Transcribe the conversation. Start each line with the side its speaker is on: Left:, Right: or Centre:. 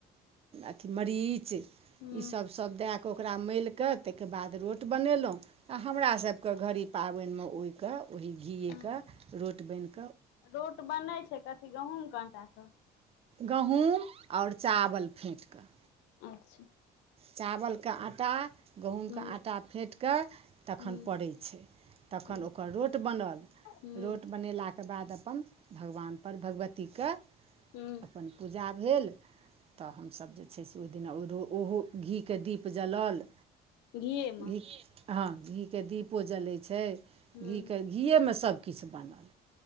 Right: अथी मरी च
Left: हँ
Right: ईस सब सब दै कऽ ओकरा मालिकऽ ताहि कऽ बाद रोट बनेलहुँ तऽ हमरा सभ कऽ घड़ी पाबैन मऽ ओही कऽ ओही घीए
Left: हँ
Right: कऽ रोट बैन कऽ
Left: रोट बनै छै कथी गहूँम कऽ आटा कऽ
Right: गहुँम आओर चावल फेँट कऽ
Left: अच्छह
Right: चावल कऽ आटा गहूँम
Left: हूँ
Right: कऽ आटा फेँट कऽ तखन
Left: हूँ
Right: पड़ै छै तखन
Left: हूँ
Right: ओकर रोट बनल
Left: हूँ
Right: रोट बनेला केँ बाद अपन भगवान पर भगवती कऽ
Left: हुँ
Right: अपन पूजा भेल तऽ हमसब जे छै से ओ ओढ़ ओहो घी केँ दीप जलल
Left: घीएमे
Right: घी हँ घी कऽ दीपो जलै छै
Left: हूँ
Right: घी कऽ घीये मऽ सभकिछ बनल